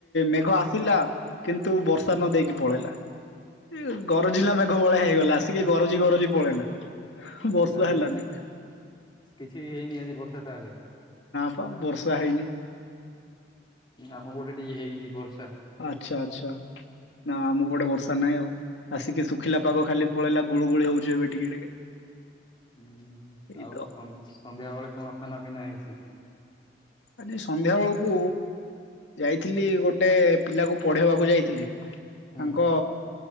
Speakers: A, on the left; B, on the left.
A: ମେଘ ଆସ ଆସିଲା କିନ୍ତୁ ବର୍ଷା ନ ଦେଇେକି ପଳେଇଲା, ହୁଁ ଗରଜିଲା ମେଘ ଭଳିଆ ହେଇଗଲା ଆସିକି ଗରଜି ଗରଜି ପଳେଇଲା, ବର୍ଷା
B: ତାହେଲେ
A: ହେଲାନି
B: କିଛି ହେଇନି ଆଜି ବର୍ଷା ତାହେଲେ,
A: ପା ବର୍ଷା ନା ହେଇନି
B: ଆମ ପଟେ ଟିକେ ହେଇଛି ବର୍ଷା
A: ଆଚ୍ଛା ଆଚ୍ଛା, ନା ଆମ ପାଟେ ବର୍ଷା ନାହିଁ ଆଉ ଆସିକି ଶୁଖିଲା ପାଗ ଖାଲି ପଳେଇଲା ଗୁଳ ଗୁଳି ହଉଛି ଏବେ ଟିକେ ଟିକେ,
B: ହୁଁ
A: ଏଇ
B: ଆଉ
A: ତ
B: ସନ୍ଧ୍ୟା ବେଳେ କଣ? ଖାନା ପିନା ହେଇଛି,
A: ଆଜି ସନ୍ଧ୍ୟା ବେଳକୁ ଯାଇଥିଲି ଗୋଟେ ପିଲାକୁ ପଢେଇବାକୁ ଯାଇଥିଲି ତାଙ୍କ
B: ହୁଁ